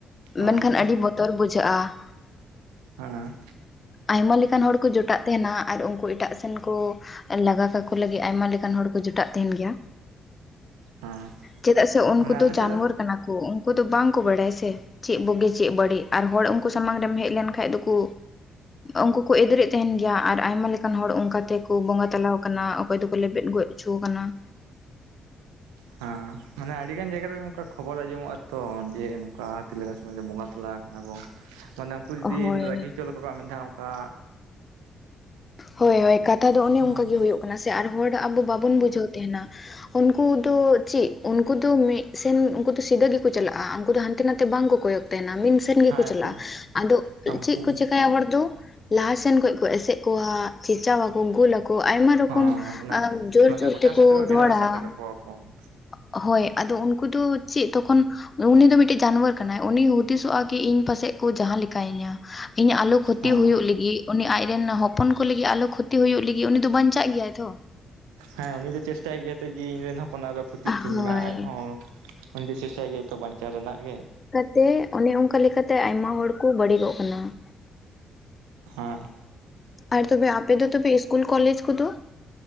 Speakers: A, on the right; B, on the left.
A: ᱚ
B: ᱢᱮᱱᱠᱷᱟᱱ ᱟᱹᱰᱤ ᱵᱚᱛᱚᱨ ᱵᱩᱡᱷᱟᱹᱜᱼᱟ ᱾
A: ᱦᱮᱸ ᱦᱮᱸ
B: ᱟᱭᱢᱟ ᱞᱮᱠᱟᱱ ᱦᱚᱲ ᱠᱚ ᱡᱚᱴᱟᱜ ᱛᱟᱦᱮᱱᱟ ᱟᱨ ᱩᱱᱠᱩ ᱮᱴᱟᱜ ᱥᱮᱱ ᱠᱚ ᱞᱟᱜᱟ ᱠᱟᱠᱚ ᱞᱟᱹᱜᱤᱜ ᱟᱭᱢᱟ ᱞᱮᱠᱟᱱ ᱦᱚᱲ ᱠᱚ ᱡᱚᱴᱟᱜ ᱛᱟᱦᱮᱱ ᱜᱮᱭᱟ ᱾
A: ᱦᱮᱸ
B: ᱪᱮᱫᱟᱜ ᱥᱮ ᱩᱱᱠᱩ
A: ᱢᱟᱱᱮ ᱟᱞᱮ
B: ᱫᱚ ᱡᱟᱱᱣᱟᱨ
A: ᱥᱮᱫ
B: ᱠᱟᱱᱟ ᱠᱚ ᱩᱱᱠᱩ ᱫᱚ ᱵᱟᱝ ᱠᱚ ᱵᱟᱰᱟᱭ ᱥᱮ ᱾ ᱪᱮᱫ ᱵᱩᱜᱤ ᱪᱮᱫ ᱵᱟᱹᱲᱤ ᱟᱨ ᱦᱚᱲ ᱩᱱᱠᱩ ᱥᱟᱢᱟᱝ ᱨᱮᱢ ᱦᱮᱜ ᱞᱮᱱᱠᱷᱟᱡ ᱫᱚᱠᱩ ᱩᱱᱠᱩ ᱠᱚ ᱮᱫᱨᱮᱜ ᱛᱟᱦᱮᱱ ᱜᱮᱭᱟ ᱟᱨ ᱟᱭᱢᱟ ᱞᱮᱠᱟᱱ ᱦᱚᱲ ᱚᱱᱠᱟ ᱛᱮᱠᱚ ᱵᱚᱸᱜᱟ ᱛᱟᱞᱟᱣᱟᱠᱟᱱᱟ ᱚᱠᱚᱭ ᱫᱚᱠᱚ ᱞᱮᱵᱮᱫ ᱜᱚᱡ ᱦᱚᱪᱚᱣ ᱠᱟᱱᱟ ᱾
A: ᱦᱮᱸ ᱢᱟᱱᱮ ᱟᱹᱰᱤ ᱜᱟᱱ ᱡᱟᱜᱟ ᱨᱮᱜᱮ ᱚᱱᱠᱟ ᱠᱷᱚᱵᱚᱨ ᱟᱸᱡᱚᱢᱚᱜᱼᱟ ᱛᱚ ᱡᱮ ᱱᱚᱝᱠᱟ ᱛᱤᱞᱞᱟᱹ <unintelligible> ᱵᱚᱸᱜᱟ ᱛᱟᱞᱟ ᱚᱱᱟ ᱠᱚ ᱢᱟᱱᱮ ᱩᱱᱠᱩ ᱡᱩᱫᱤᱢ
B: ᱦᱳᱭ
A: ᱨᱟᱹᱜᱤ ᱦᱚᱪᱚ ᱞᱮᱠᱚ ᱠᱷᱟᱱ ᱢᱤᱫ ᱫᱷᱟᱣ ᱚᱱᱠᱟ
B: ᱦᱚᱭ ᱦᱚᱭ ᱠᱟᱛᱷᱟ ᱫᱚ ᱚᱱᱮ
A: ᱦᱮᱸ
B: ᱚᱱᱠᱟ ᱜᱮ ᱦᱩᱭᱩᱜ ᱠᱟᱱᱟ ᱥᱮ ᱟᱨ ᱦᱚᱲᱟᱜ ᱟᱵᱚ ᱵᱟᱵᱚᱱ ᱵᱩᱡᱷᱟᱹᱣ ᱛᱟᱦᱮᱱᱟ ᱩᱱᱠᱩ ᱫᱚ ᱪᱮᱫ ᱩᱱᱠᱩ ᱫᱚ ᱢᱤᱫ ᱥᱮᱱ ᱩᱱᱠᱩ ᱫᱚ ᱥᱤᱫᱷᱟᱹ ᱜᱮᱠᱚ ᱪᱟᱞᱟᱜᱼᱟ ᱩᱱᱠᱩ ᱫᱚ ᱦᱟᱱᱛᱮ ᱱᱟᱛᱮ ᱵᱟᱝ ᱠᱚ ᱠᱚᱭᱚᱜ ᱛᱟᱦᱮᱱᱟ ᱢᱮᱱ ᱥᱮᱱ ᱜᱮᱠᱚ
A: ᱦᱮᱸ
B: ᱪᱟᱞᱟᱜᱼᱟ
A: ᱛᱚ
B: ᱟᱫᱚ
A: ᱩᱱᱠᱩ
B: ᱪᱮᱫ ᱠᱚ ᱪᱮᱤᱠᱟᱭᱟ ᱦᱚᱲ ᱫᱚ ᱞᱟᱦᱟᱥᱮᱱ ᱠᱷᱚᱱ ᱠᱚ ᱮᱥᱮᱫ ᱠᱣᱟᱜ <unintelligible> ᱜᱚᱞᱟ ᱟᱠᱚ ᱟᱭᱢᱟ ᱨᱚᱠᱚᱢ
A: ᱦᱚᱸ ᱢᱟᱱᱮ
B: ᱡᱚᱨ
A: ᱢᱟᱱᱮ
B: ᱡᱚᱨ
A: ᱜᱚᱴᱟ
B: ᱛᱮᱠᱚ
A: ᱥᱮᱫ ᱜᱷᱮᱨᱟ
B: ᱨᱚᱲᱟ
A: ᱥᱮᱫ ᱛᱮ ᱠᱟᱠᱚᱣᱟ
B: ᱾
A: ᱠᱚ
B: ᱦᱚᱭ ᱟᱫᱚ ᱩᱱᱠᱩ ᱫᱚ ᱪᱮᱫ ᱛᱚᱠᱷᱚᱱ ᱩᱱᱤ ᱫᱚ ᱢᱤᱫᱴᱮᱡ ᱡᱟᱱᱣᱟᱨ ᱠᱟᱱᱟᱭ ᱩᱱᱤ ᱦᱩᱫᱤᱥᱚᱜᱼᱟ ᱠᱤ ᱤᱧ ᱯᱟᱥᱮᱜ ᱠᱚ ᱡᱟᱦᱟᱸ ᱞᱮᱠᱟᱭ ᱤᱧᱟ ᱤᱧᱟᱜ ᱟᱞᱚ ᱠᱷᱚᱛᱤ
A: ᱦᱚᱸ
B: ᱦᱩᱭᱩᱜ ᱞᱟᱹᱜᱤᱫ ᱩᱱᱤ ᱟᱡ ᱨᱮᱱ ᱦᱚᱯᱚᱱ ᱠᱚ ᱞᱟᱹᱜᱤᱫ ᱟᱞᱚ ᱠᱷᱚᱛᱤ ᱦᱩᱭᱩᱜ ᱞᱟᱹᱜᱤᱫ ᱩᱱᱤ ᱫᱚ ᱵᱟᱧᱪᱟᱜ ᱜᱮᱭᱟᱭ ᱛᱚ ᱾
A: ᱦᱮᱸ ᱩᱱᱤ ᱫᱚ ᱪᱮᱥᱴᱟᱭ ᱜᱮᱭᱟᱭ ᱛᱚ ᱡᱮ ᱤᱧ ᱨᱮᱱ ᱦᱚᱯᱚᱱ ᱟᱨᱚ ᱠᱷᱚᱛᱤ ᱛᱤᱧ
B: ᱦᱳᱭ
A: ᱢᱟ ᱟᱡ ᱦᱚᱸ ᱩᱱᱤ ᱫᱚ ᱪᱮᱥᱴᱟᱭ ᱜᱮᱭᱟᱭ ᱛᱚ ᱵᱟᱧᱪᱟᱣ ᱨᱮᱱᱟᱜ ᱜᱮ ᱾
B: ᱛᱮ ᱚᱱᱮ ᱚᱱᱠᱟ ᱞᱮᱠᱟᱛᱮ ᱟᱭᱢᱟ ᱦᱚᱲ ᱠᱚ ᱵᱟᱹᱲᱤᱡᱚᱜ ᱠᱟᱱᱟ ᱾
A: ᱦᱮᱸ
B: ᱟᱨ ᱛᱚᱵᱮ ᱟᱯᱮ ᱫᱚ ᱛᱚᱵᱮ ᱤᱥᱠᱩᱞ ᱠᱚᱞᱮᱡᱽ ᱠᱚᱫᱚ?